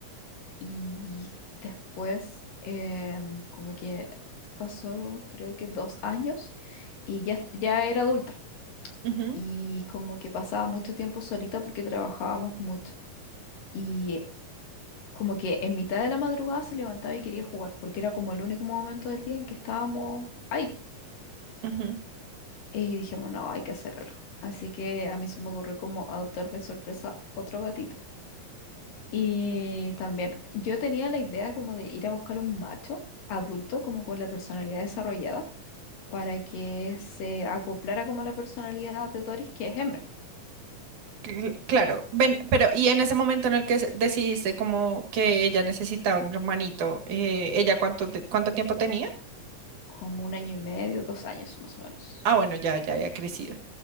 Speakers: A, on the left; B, on the right.
A: Y después em, como que pasó creo que dos años y ya, ya era adulta.
B: Ujú,
A: Y como que pasaba mucho tiempo solita porque trabajábamos mucho. Y como que en mitad de la madrugada se levantaba y quería jugar porque era como el único momento del día en que estábamos ahí.
B: ujú.
A: Y dijimos, no, hay que hacer algo. Así que a mí se me ocurrió como adoptar de sorpresa otro gatito. Y también yo tenía la idea como de ir a buscar un macho adulto, como con la personalidad desarrollada, para que se acoplara como a la personalidad de Doris, que es hembra,
B: Cl- Claro, ven, pero y en ese momento en el que se- decidiste como que ella necesitaba un hermanito, eh, ¿ella cuánto, te- cuánto tiempo tenía?
A: como un año y medio, dos años más o menos.
B: Ah, bueno, ya, ya había crecido.